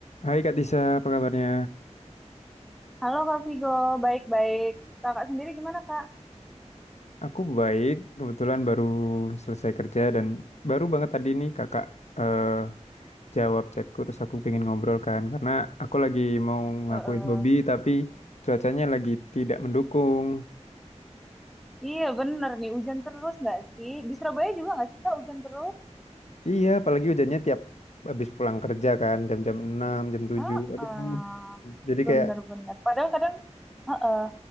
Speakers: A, on the left; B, in the centre.
A: Hai Kak Tisa, apa kabarnya?
B: Halo Kak Vigo, baik-baik. Kakak sendiri gimana Kak?
A: Aku baik, kebetulan baru selesai kerja dan baru banget tadi nih kakak eh, jawab chatku terus aku pengen ngobrol kan karena aku lagi mau ngakuin
B: Eh,
A: hobi
B: eh.
A: tapi cuacanya lagi tidak mendukung.
B: Iya bener nih, hujan terus nggak sih? Di Surabaya juga nggak sih Kak hujan terus?
A: Iya, apalagi hujannya tiap habis pulang kerja kan jam-jam 6, jam tujuh.
B: Ah,
A: Aduh.
B: ah.
A: Jadi
B: bener-bener.
A: kayak
B: Padahal kadang, eh, eh,